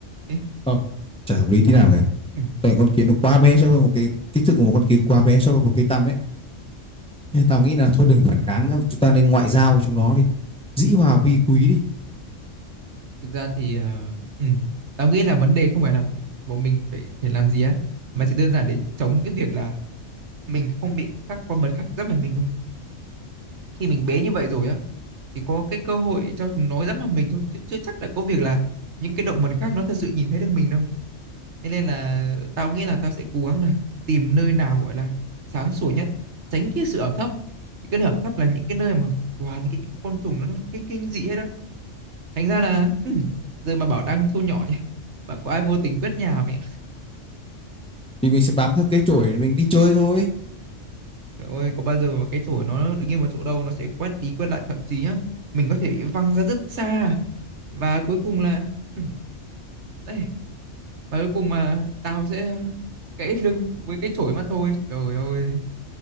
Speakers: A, on the right (about 65°); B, in the centre.
A: Ê,
B: không chả hợp lý tí nào cả
A: ừ.
B: tại con kiến nó quá bé so với một cái kích thước của một con kiến quá bé so với một cái tăm ấy nên tao nghĩ là thôi đừng phản kháng nữa chúng ta nên ngoại giao với chúng nó đi dĩ hòa vi quý đi
A: thực ra thì ờ, ừ. tao nghĩ là vấn đề không phải là bọn mình phải phải làm gì á mà chỉ đơn giản để chống cái việc là mình không bị các con vật khác dẫm phải mình thôi khi mình bé như vậy rồi á chỉ có cái cơ hội cho chúng nó dẫm vào mình thôi chứ chưa chắc đã có việc là những cái động vật khác nó thật sự nhìn thấy được mình đâu Thế nên là tao nghĩ là tao sẽ cố gắng là tìm nơi nào gọi là sáng sủa nhất, tránh cái sự ẩm thấp. Những cái nơi ẩm thấp là những cái nơi mà toàn cái những cái con trùng nó, nó kinh kinh dị hết á. Thành ra là ừ, giờ mà bảo đang thu nhỏ nhỉ, mà có ai vô tình quét nhà mẹ.
B: thì mình sẽ bám theo cái chổi để mình đi chơi thôi
A: Trời ơi, có bao giờ mà cái chổi nó đứng yên một chỗ đâu nó sẽ quét đi quét lại thậm chí á, mình có thể bị văng ra rất xa. Và cuối cùng là ừ, đây, và cuối cùng mà tao sẽ gãy lưng với cái chổi mà thôi. Trời ơi.